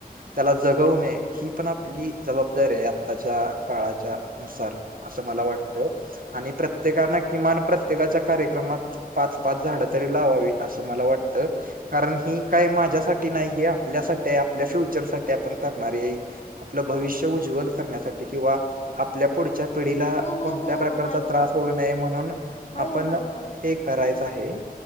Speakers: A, on the right; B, on the left.
A: त्याला जगवणे ही पण आपली जबाबदारी आहे. आत्ताच्या काळाच्या नुसार. असं मला वाटतं. आणि प्रत्येकान किमान प्रत्येकाच्या कार्यक्रमात पाच पाच झाडं तरी लावावी असं मला व वाटतं. कारण ही काय माझ्यासाठी नाही हे आपल्यासाठी आपल्या फ्युचरसाठी आपण करणारी आहे. आपलं भविष्य उज्ज्वल करण्यासाठी किंवा आपल्या पुढच्या पिढीला
B: हो हो
A: कोणत्या
B: हो
A: प्रकारचा
B: हो हळू
A: त्रास
B: हळू
A: होऊ
B: हळू
A: नये म्हणून
B: हळू
A: आपण
B: हळू हळू
A: हे करायचं आहे.